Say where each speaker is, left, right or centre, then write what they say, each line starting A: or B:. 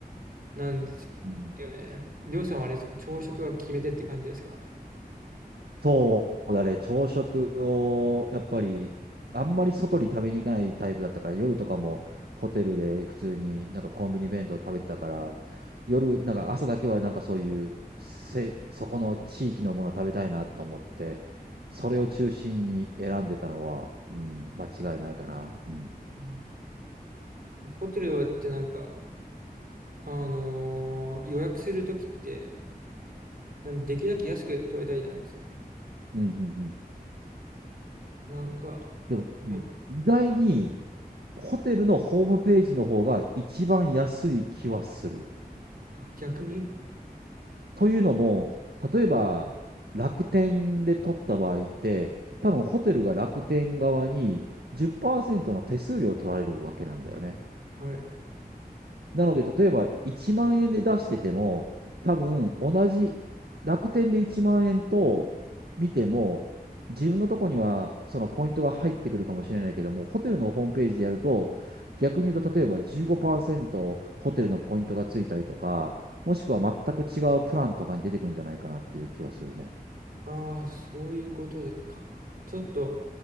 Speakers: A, on the right; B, on the right.
A: なんですよね。
B: うん
A: りょうさんはあれですか朝食が決め手って感じですか
B: そうだね、朝食をやっぱりあんまり外に食べに行かないタイプだったから、夜とかもホテルで普通になんかコンビニ弁当食べてたから、夜、なんか朝だけはなんかそういうせ、そこの地域のもの食べたいなと思って、それを中心に選んでたのは、うん、間違いないかな。うん。
A: うんホテルってなんか、あのー予約するときって、なんできるだけ安く取れたいじゃないですか。
B: うん、うん、うん。
A: なんか、
B: でも、
A: でも
B: うん、意外にホテルのホームページの方が一番安い気はする。
A: あ、逆に
B: というのも、例えば楽天で取った場合って、多分ホテルが楽天側に10%の手数料を取られるわけなんだよね。
A: はい。
B: なので、例えば1万円で出してても、多分同じ楽天で1万円と見ても、自分のとこにはそのポイントが入ってくるかもしれないけども、ホテルのホームページでやると、逆に言うと、例えば15%ホテルのポイントがついたりとか、もしくは全く違うプランとかに出てくるんじゃないかなっていう気はするね。
A: ああ、そういうことでか。ちょっと、